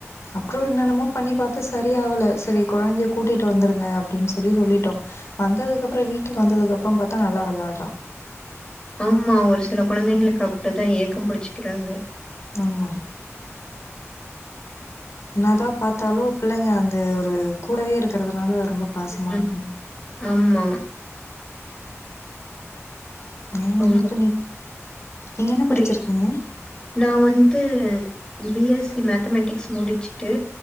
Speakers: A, on the left; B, on the left.
A: அப்றோ என்னென்னமோ பண்ணி பாத்து சரியா ஆவல சரி ஆவல கொழந்தைய கூட்டிட்டு வந்துருங்க அப்டின்னு சொல்லி சொல்லிட்டோம் வந்தது கப்பறம் வீட்டுக்கு வந்ததுக்கு அப்பறம் பாத்தா நல்லா வெளாடுறா
B: ஆமா ஒரு சில கொழந்தைங்களுக்கு அப்டி தான் ஏக்கம் பிடிச்சிக்கிறாங்க
A: ஆமா என்ன தான் பாத்தாலும் பிள்ளைங்க அந்த ஒரு கூடவே இருக்கிறதுனால அது ரொம்ப பாசமாக
B: ம்.
A: இருக்கும்
B: ஆமா
A: நீங்க
B: உங்களுக்கு
A: என்ன பண்ணி நீங்க என்ன
B: புரியுது.
A: படிச்சிருக்கீங்க
B: நான் வந்து பி எஸ்‌ சி மேத்தமெட்டிக்ஸ் முடிச்சுட்டு